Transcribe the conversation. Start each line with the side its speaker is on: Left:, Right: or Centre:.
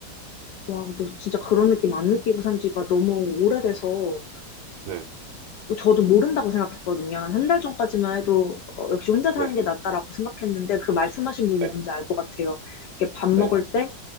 Left: 와, 근데 진짜 그런 느낌 안 느끼고 산 지가 너무 오래돼서
Right: 네,
Left: 저도 모른다고 생각했거든요. 한 한 달 전까지만 해도 어, 역시 혼자 사는
Right: 네,
Left: 게 낫다라고 생각했는데 그 말씀하신 부분
Right: 네,
Left: 뭔지 알 것 같아요. 이게 밥 먹을
Right: 네,
Left: 때